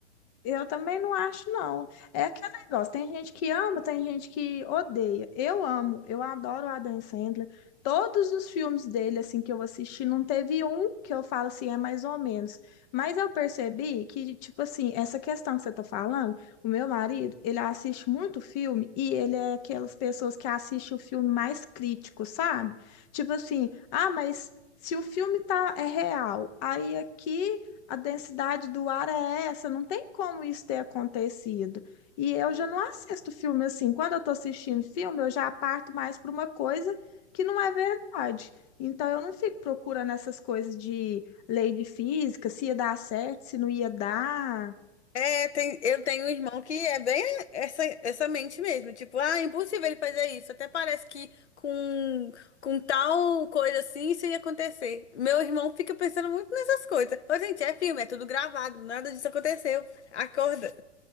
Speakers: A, on the left; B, on the left.
A: Eu também não acho, não. É aquele negócio, tem gente que ama, tem gente que odeia. Eu amo, eu adoro o Adam Sandler. Todos os filmes dele, assim, que eu assisti, não teve um que eu falo assim, é mais ou menos. Mas eu percebi que, tipo assim, essa questão que você tá falando, o meu marido, ele assiste muito filme e ele é aquelas pessoas que assistem o filme mais crítico, sabe? Tipo assim, ah, mas se o filme tá, é real, aí aqui a densidade do ar é essa, não tem como isso ter acontecido. E eu já não assisto filme assim. Quando eu estou assistindo filme, eu já parto mais para uma coisa que não é verdade. Então eu não fico procurando essas coisas de lei de física, se ia dar certo, se não ia dar.
B: É, tem, eu tenho um irmão que é bem essa, essa mente mesmo. Tipo, ah, é impossível ele fazer isso. Até parece que com, com tal coisa assim isso ia acontecer. Meu irmão fica pensando muito nessas coisas. Ô, gente, é filme, é tudo gravado, nada disso aconteceu. Acorda.